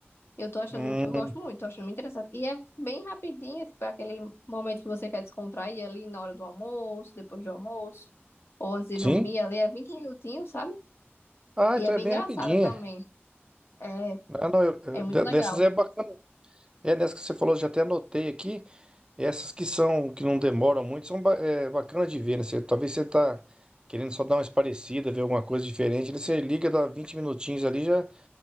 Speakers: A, on the left (about 65°); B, on the right (about 20°).
A: Eu tô achando,
B: Hum,
A: eu gosto muito, tô achando muito interessante. E é bem rapidinho, é tipo aquele momento que você quer descontrair ali na hora do almoço, depois do almoço, ou antes de
B: sim?
A: dormir ali, é 20 minutinhos, sabe?
B: Ah,
A: E
B: então
A: é bem
B: é bem
A: engraçada
B: rapidinha.
A: também. É,
B: Ah, não, eu, eu-
A: é muito
B: de- dessas
A: legal.
B: é bacana. É, nessa que você falou, eu já até anotei aqui. Essas que são, que não demoram muito, são ba- é, bacanas de ver, né? Você- talvez você tá querendo só dar uma esparecida, ver alguma coisa diferente, né? Você liga, dá 20 minutinhos ali, já,